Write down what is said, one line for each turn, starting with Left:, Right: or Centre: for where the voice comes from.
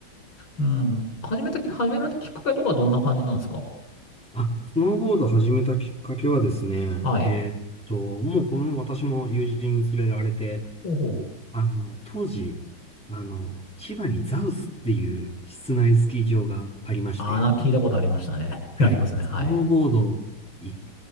Left: うん。始めたき、始められたきっかけとかどんな感じなんですか
Centre: あ、スノーボード始めたきっかけはですね、
Left: はい。
Centre: えーっと、もうこの私も友人に連れられて、
Left: ほうほう
Centre: あの、当時、あの、千葉にザウスっていう室内スキー場がありまして、
Left: ああ、なんか聞いたことありましたね。
Centre: はい。
Left: <laughs> ありますね。
Centre: スノーボードい、
Left: はい。